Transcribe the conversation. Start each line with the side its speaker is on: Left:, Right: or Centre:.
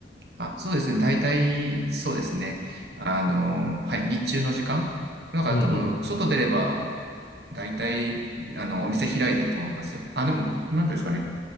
Right: あ、そうですね。大体、そうですね。あの、はい、日中の時間。だから多分、
Left: うんうん
Right: 外出れば、大体、あの、お店開いてると思いますよ。あ、でも、なんていうんですかね。